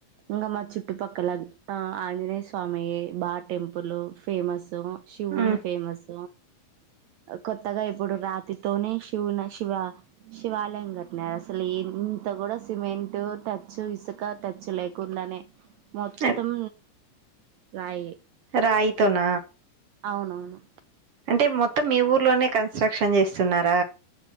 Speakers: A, on the right (about 80°); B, on the right (about 60°).
A: ఇంకా మా చుట్టుపక్కల ఆంజనేయ స్వామి టెంపుల్ ఫేమస్ శివుణ్ణి
B: ఆ
A: ఫేమస్ కొత్తగా ఇప్పుడు రా తోనే <unintelligible> శివున శివా శివాలయం <unintelligible> అసలు ఇంత కూడా సిమెంట్ టచ్ ఇసుక టచ్ లే <unintelligible> మొత్తం
B: ఓకే
A: రాయి
B: రాయితోన
A: అవునవును
B: అంటే మొత్తం మీ ఊర్లోనే కన్స్ట్రక్షన్ చేస్తున్నార